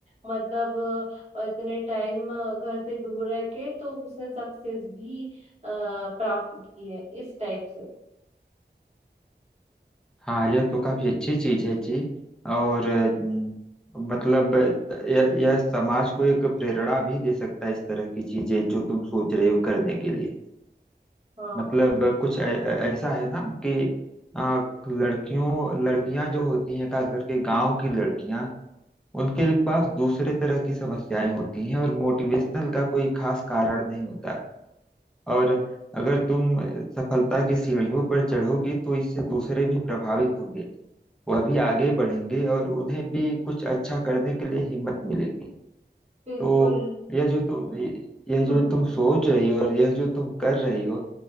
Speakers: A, on the right; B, in the centre.
A: मतलब अ, इतने टाइम अ, घर से दूर रह के तो उसने सक्सेस भी अ, प्राप्त की है इस टाइप से
B: हाँ यह तो काफी अच्छी चीज है जी और अम, मतलब यह यह समाज को एक प्रेरणा भी दे सकता है इस तरह की चीजें जो तुम सोच रहे हो करने के लिए
A: हाँ
B: मतलब
A: हाँ
B: कुछ ऐ- ऐसा है ना कि आ, लड़कियों लड़कियां जो होती हैं खास करके गांव की लड़कियां उनके पास दूसरे तरह की समस्याएं होती हैं और मोटिवेशनल का कोई खास कारण नहीं होता और अगर तुम सफलता की सीढ़ियों पर चढ़ोगी तो इससे दूसरे भी प्रभावित होंगे वह भी आगे बढ़ेंगे और उन्हें भी कुछ अच्छा करने के लिए हिम्मत मिलेगी
A: बिल्कुल
B: तो यह जो तुम यह जो
A: हम्म
B: तुम सोच रही हो और यह जो तुम कर रही हो